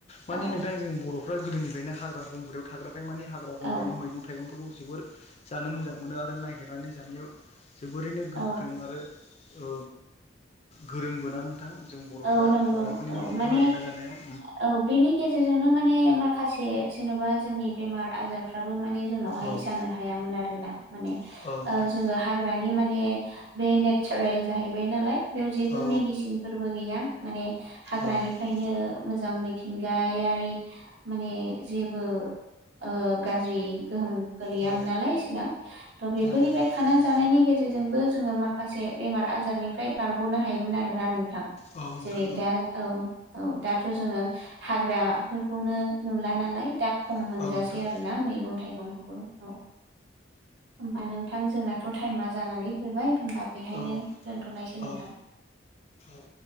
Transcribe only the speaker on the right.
औ
औ
औ
औ नंगौ
औ
माने
औ बेनि गेजेरजोंनो माने माखासे जेन'बा जोंनि बेमार आजारफ्राबो माने जोंनावहाय
जानो हायामोन आरोना मानो
ओ जोङो हाग्रानि नि माने बे नेसारेल जाहैबाय नालाय बेयाव जेबो
मेडिसिनफोर बो गैया माने हाग्रानिफ्रायनो
मोजां मिथिंगायारि माने जेबो ओ गाज्रि गोहोम गोलैयामोन
नालाय सिगां थ' बेफोरनिफ्राय
खानानै
जानायनि गेजेरजोंबो जोङो मा खासे बेमार आजारनिफ्राय बारग'नो हायोमोन आरोना नोंथां
जेरै दा औ औ दाथ' जोङो हाग्राफोरखौनो नुला नालाय दा खम
मोनजासै
आरोना मैगं थाइगंखौबो औ होनबा नोंथां जोंनाथ' टाइमा जानानै फैबाय होमबा बेहायनो
दोनथ'नायसै
नोंथां।